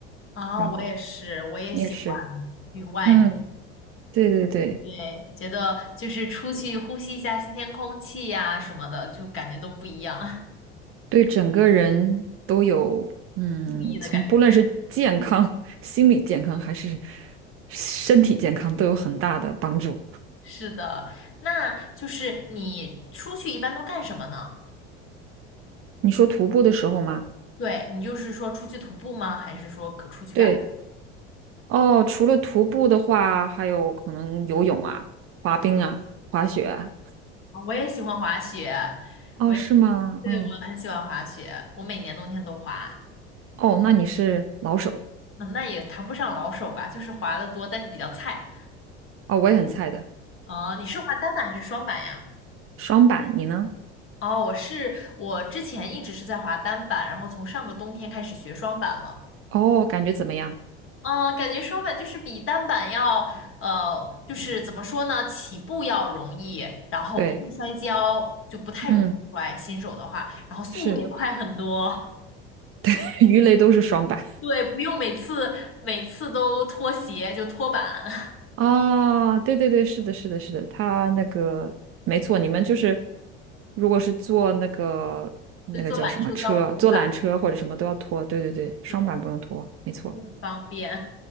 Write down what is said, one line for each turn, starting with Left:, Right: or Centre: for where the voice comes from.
Left: 啊，
Right: 然后
Left: 我也是，我也喜欢去外面，
Right: 你也是，嗯，对对对，
Left: 对，觉得就是出去呼吸一下新鲜空气呀、什么的，就感觉都不一样，<laughs>
Right: 对整个人都有，嗯，
Left: 注意的感觉。
Right: 从不论是健康、
Left: <laughs>
Right: <laughs> 心理健康还是身体健康都有很大的帮助。
Left: 是的，那就是你出去一般都干什么呢？
Right: 你说徒步的时候吗？
Left: 对，你就是说出去徒步吗？还是说可出去干？
Right: 对哦，除了徒步的话，还有可能游泳啊、滑冰啊、
Left: 嗯，
Right: 滑雪啊。
Left: 啊我也喜欢滑雪，
Right: 哦，
Left: 我也喜，
Right: 是吗？
Left: 对，
Right: 嗯，
Left: 我很喜欢滑雪，我每年冬天都滑。
Right: 哦，那你是老手
Left: 嗯，那也谈不上老手吧，就是滑的多，但是比较菜。
Right: 哦，我也很菜的。
Left: 啊。你是滑单板还是双板呀？
Right: 双板，你呢？
Left: 哦，我是，我之前一直是在滑单板，然后从上个冬天开始学双板了。
Right: 哦，感觉怎么样？
Left: 嗯，感觉双板就是比单板要，呃，就是怎么说呢，起步要容易，然后不会摔跤，
Right: 对，
Left: 就不太容易摔，
Right: 嗯，
Left: 新手的话，然后速度也快很多。
Right: 是，<laughs> 鱼雷都是双板
Left: 对，不用每次每次都脱鞋，就脱板，
Right: 啊。对对对，是的，是的，是的，他那个没错，你们就是如果是坐那个那个叫什么车，
Left: <laughs> 对，坐缆车都要脱板，
Right: 坐缆车或者什么都要拖。对对对，双板不用拖，
Left: 是的，
Right: 没错。
Left: 就很方便。